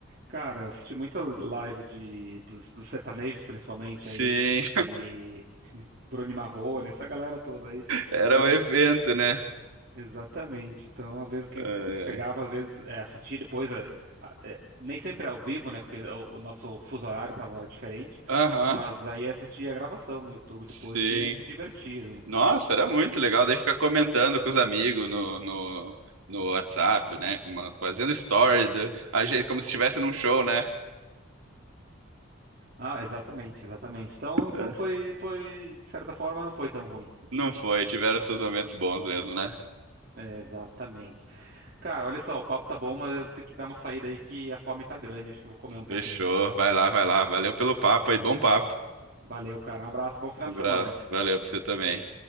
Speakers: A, on the right; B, on the right.
A: cara, eu assisti muita live de, dos, dos sertanejos, principalmente,
B: sim.
A: aí, e <laughs> Bruno e Marrone, essa galera toda aí,
B: Era
A: fazer
B: o evento, né?
A: exatamente. Então, às vezes que
B: É.
A: eu pegava, às vezes é, assistia depois, é, a- é, nem sempre ao vivo, né? Porque o, o nosso fuso horário tava diferente,
B: Aham,
A: mas aí assistia a gravação no YouTube
B: sim.
A: depois e se divertia, né?
B: Nossa, era muito legal. Daí ficar comentando com os amigos no, no, no WhatsApp, né? Uma- Fazendo story, da- a gente, como se estivesse num show, né?
A: Ah, exatamente, exatamente. Então, então
B: É.
A: foi, foi, de certa forma, não foi tão ruim.
B: Não foi, tiveram seus momentos bons mesmo, né?
A: É, exatamente. Cara, olha só, o papo tá bom, mas eu vou ter que dar uma saída aí que a fome tá grande. Acho que eu vou comer um pouquinho
B: Fechou.
A: agora.
B: Vai lá, vai lá. Valeu pelo papo aí, bom papo.
A: Valeu, cara. Um abraço, bom final
B: Um
A: de
B: abraço.
A: semana aí.
B: Valeu pra você também.